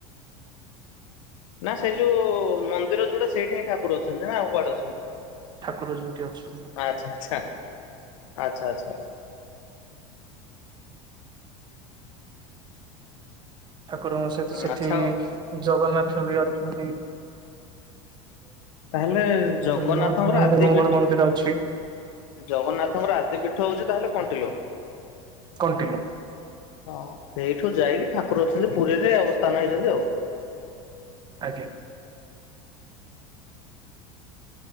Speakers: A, on the left (about 80°); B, on the right (about 25°).
A: ନା ସେ ଯୋଉ ମନ୍ଦିର ଯୋଉଟା ସେଇଠେ ହିଁଠାକୁର ଅଛନ୍ତି ନା ଆଉ କୁଆଡେ ଅଛନ୍ତି।
B: ଠାକୁର ଯୋଉଠି ଅଛନ୍ତି
A: ଆଛା -ଆଛା- ଆଛା -ଆଛା।
B: ଠାକୁରଙ୍କ ସହିତ ସେଠି
A: ଆଚ୍ଛା ଆଉ
B: ଜଗନ୍ନାଥ ବି ଅଛନ୍ତି।
A: ତାହେଲେ ଜଗନ୍ନାଥଙ୍କର
B: ଅଛନ୍ତି ନାଥ ମହାଦେବଙ୍କର
A: ଆଦି ପୀଠ
B: ମନ୍ଦିର ଅଛି।
A: ଜଗନ୍ନାଥଙ୍କର ଆଦି ପୀଠ ହଉଛି ତାହେଲେ କଣ୍ଟିଲ।
B: କଣ୍ଟିଲୋ।
A: ହଁ ସେଇଠୁ ଯାଇକି ଠାକୁର ଅଛନ୍ତି ପୁରୀରେ ଅବସ୍ଥାନ ହେଇଛନ୍ତି ଆଉ।
B: ଆଜ୍ଞା।